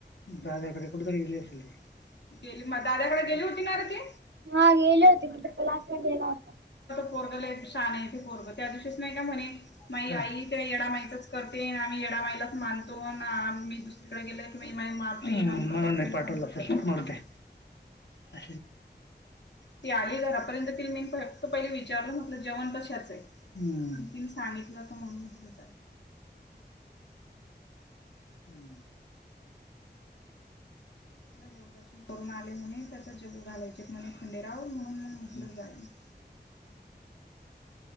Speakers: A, on the left (about 75°); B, on the right (about 80°).
A: दाद्याकडे कुठरी गेली असेल गे म दाद्याकडे गेली होती नार ती?
B: हा गेली होती <unintelligible> वाला
A: पोरगला शान आहे तेे पोरग त्या दिवशीच नाही का म्हणे माई आई. येडामाईचाच करते आम्ही येडामाईलाच मानतो मी दुसरीकडे गेल की मा मा. म्हणून नाही पाठवला तर मरुदे. अ ती आली घरापर्यंत मी फक्त पहि विचारलं म्हटलं जेवण. त सांगितलं म्हणून. हम्म देवदर्शन करून आले म्हणे त्याचा जगू घालायचे म्हणे खंडेराव म्हणून म्हटलं.
B: <unintelligible>
A: मग.